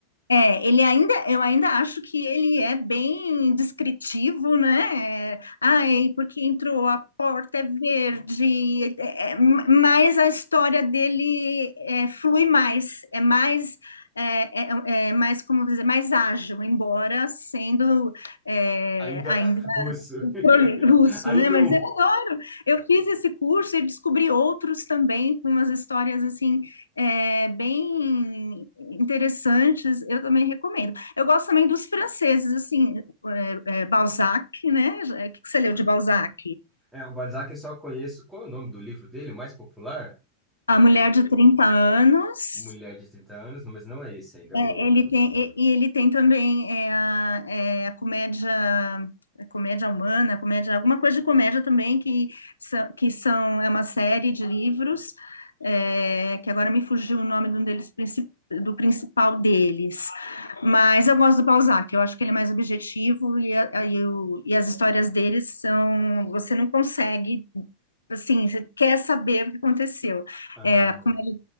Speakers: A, on the left; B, in the centre.
A: É, ele ainda, eu ainda acho que ele é bem descritivo, né? É, ai, porque entrou, a porta é verde, é, é, mas a história dele é, flui mais, é mais, é, é- é é mais, como dizer, mais ágil, embora sendo é,
B: Ainda
A: ainda
B: <laughs> russo.
A: controle
B: <laughs>
A: russo,
B: Ainda
A: né? Mas
B: um.
A: eu adoro. Eu fiz esse curso e descobri outros também, com umas histórias assim, é, bem interessantes. Eu também recomendo. Eu gosto também dos franceses, assim, é, é, Balzac, né? O que que você leu
B: Balzac.
A: de Balzac?
B: É, o Balzac eu só conheço. Qual é o nome do livro dele, o mais popular?
A: A
B: É
A: Mulher de trinta Anos.
B: Mulher de 30 anos, não, mas não é esse ainda, é um
A: É,
B: outro.
A: ele tem, e e ele tem também é, a, é, a comédia, a comédia humana, a comédia, alguma coisa de comédia também, que são, que são é uma série de livros, é, que agora me fugiu o nome de um deles princi- do principal deles. Mas eu gosto do Balzac, eu acho que ele é mais objetivo e, a- e o- e as histórias deles são, você não consegue. Assim, você quer saber o que aconteceu.
B: Ah,
A: É, a comédia